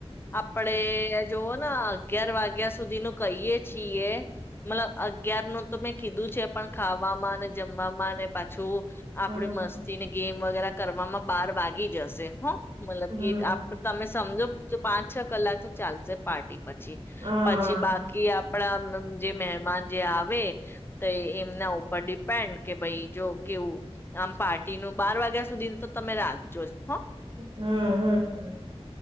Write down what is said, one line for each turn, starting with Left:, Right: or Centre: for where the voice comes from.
Left: આપડે જોવો ના અગિયાર વાગ્યા સુધી નું કહીયએ છીએ મતલબ અગિયાર નું તો મેં કીધું છે, પણ ખાવામાં ને જમવામાં અને પાછું
Right: હમ
Left: આપડે મસ્તી ની ગેમ વગેરા કરવામાં બાર વાગી જશે હા. મતલબ
Right: હમ
Left: કે આપ તમે સમજો તો પાંચ છ કલાક તો ચાલશે. પાર્ટી. પછી
Right: હા
Left: પછી બાકી આપણા જે મહેમાન જે આવે, તે એમના ઉપર ડિપેન્ડ કે ભાઈ જો કેવું આમ પાર્ટીનુ બાર વાગ્યા સુધી તો તમે રાખજો જ હા
Right: હમ્મ હમ્મ.